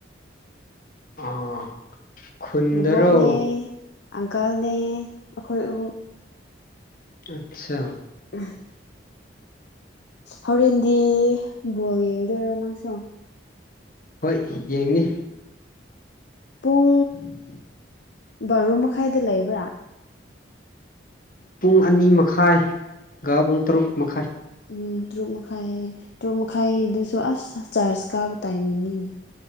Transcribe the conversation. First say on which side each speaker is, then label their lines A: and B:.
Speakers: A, on the left; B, on the left.
A: ꯑꯥ ꯈꯨꯨꯟꯗꯔꯣ
B: ꯕꯨꯕꯣꯛꯅꯦ ꯑꯪꯀꯜꯅꯦ ꯑꯩꯈꯣꯏ ꯑꯍꯨꯝ
A: ꯑꯠꯁꯥ
B: <unintelligible> ꯍꯧꯔꯦꯟꯗꯤ ꯕꯣꯜ ꯌꯦꯡꯗꯣꯏꯔꯣ ꯅꯪꯁꯨ
A: ꯍꯣꯏ ꯌꯦꯡꯅꯤ
B: ꯄꯨꯡ
A: 'inaudible'
B: ꯕꯥꯔꯣ ꯃꯈꯥꯏꯗ ꯂꯩꯕ꯭ꯔꯥ
A: ꯄꯨꯡ ꯑꯅꯤ ꯃꯈꯥꯏꯒ ꯄꯨꯡ ꯇꯔꯨꯛ ꯃꯈꯥꯏ
B: ꯎꯝ ꯇꯔꯨꯛ ꯃꯈꯥꯏ ꯇꯔꯨꯛ ꯃꯈꯥꯏꯗꯨꯁꯨ ꯑꯁ ꯆ꯭ꯔꯆ ꯀꯥꯕ ꯇꯥꯏꯃꯤꯡꯅꯤꯅꯦ